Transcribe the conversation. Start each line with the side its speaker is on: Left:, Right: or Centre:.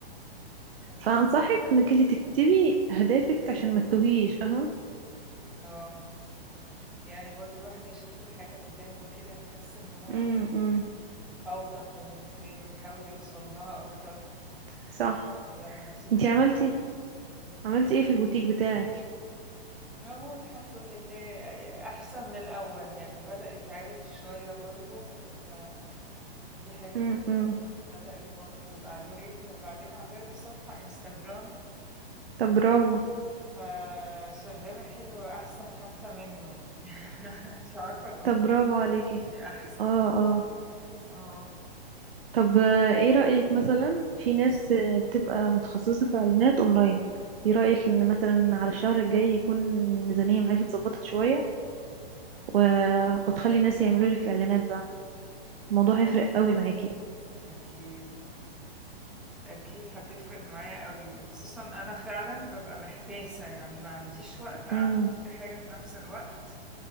Centre: إمم، كويس.
Right: فانصحك انك انت تكتبي اهدافك عشان ما تتوهيش فاهمه
Centre: آه، يعني برضه الواحد يشوف الحاجة قدّامه كده يحس إن هو
Right: امم
Centre: أوضح بالنسبة له، يحاول يوصل لها أكتر
Right: صح
Centre: من لمّا يسيبنا
Right: انتي عملتي عملتي ايه في البوتيك بتاعك
Centre: أهو الحمد لله يعني أحسن من الأول، يعني بدأ يتعرف شوية برضه، فدي حاجة
Right: امم
Centre: كويسة، بدأت برضه يبقى عليه رِجل وبعدين عاملة له صفحة Instagram
Right: طب برافو
Centre: فشغّالة حلو أحسن حتى منّه يعني، <laughs> أنتِ عارفة الأونلاين
Right: طب برافو عليكي
Centre: دي أحسن.
Right: اه اه
Centre: آه،
Right: طب آه، ايه رأيك مثلا في ناس آه، بتبقى متخصصة في اعلانات اونلاين ايه رأيك ان مثلا على الشهر الجاي يكون الميزانية معاكي اتظبطت شوية و... وتخلي الناس يعملوا لك اعلانات بقى الموضوع هيفرق قوي معاكي
Centre: أكيد. أكيد هتفرق معايا أوي، خصوصًا أنا فعلًا بابقى محتاسة، يعني ما عنديش وقت أعمل
Right: امم
Centre: كل حاجة في نفس الوقت،